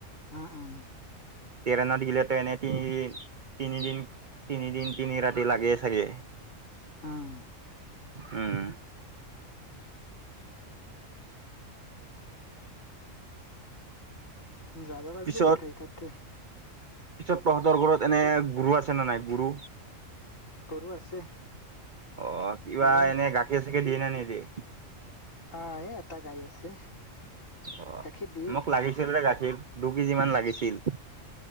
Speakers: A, on the left; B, on the right.
A: উম উম।
B: ট্ৰেইনত গিলেতো এনে তিনিদিন তিনিদিন, তিনিদিন তিনি ৰাতি লাগে চাগে।
A: উম'
B: উম।
A: যাব লাগব
B: পিছত
A: বুধ হয় ততে।
B: পিছত তহতৰ ঘৰত এনে গৰু আছে নে নাই গৰু?
A: গৰু আছে।
B: অ, কিবা
A: এ
B: এনে গাখীৰ চাখীৰ দিয়ে না‌ নিদিয়ে।
A: অ এ এটা গাই আছে
B: অ
A: গাখীৰ দিয়ে
B: মোক লাগিছিল যে গাখীৰ। দু কেজিমান লাগিছিল।